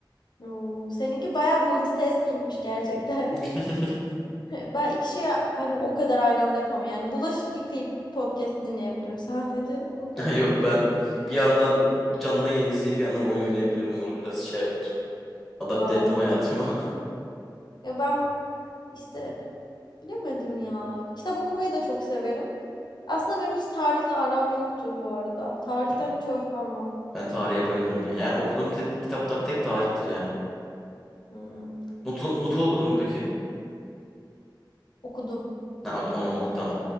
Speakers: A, on the left (about 60°); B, in the centre.
A: Oo, seninki bayağı multitaskingmiş gerçekten.
B: <laughs>
A: <laughs> Ben iki şeyi hani o kadar aynı anda yapamam. Yani bulaşık yıkayıp podcast dinleyebilirim sadece. <laughs> O kadar.
B: Ya Yok ben bir yandan canlı yayın izleyip bir yandan oyun oynayabiliyorum. Onu biraz şey yaptım. Adapte
A: Wow.
B: ettim hayatıma. <laughs>
A: Ya ben işte bilemedim ya. Kitap okumayı da çok severim. Aslında benim hiç tarihle aram yoktur bu arada. Tarihten
B: Ben
A: hiç hoşlanmam.
B: ben tarihe bayılırım ya. Yani okuduğum kitap, kitaplar tek tarihtir yani.
A: Hmm,
B: Nut'u Nut'u okudun mu peki?
A: Okudum.
B: Ha, onu oku tamam.